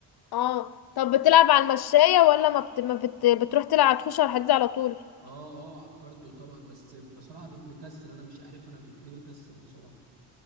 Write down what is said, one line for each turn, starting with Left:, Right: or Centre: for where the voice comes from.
Left: اه طب بتلعب على المشاية ولا ما, بت... ما بت... بتروح تلعب تخش على الحديد على طول
Right: اه اه على الكارديو طبعا بس بصراحة بقيت مكسل انا مش عارف انا بقيت ليه بكسل بصراحة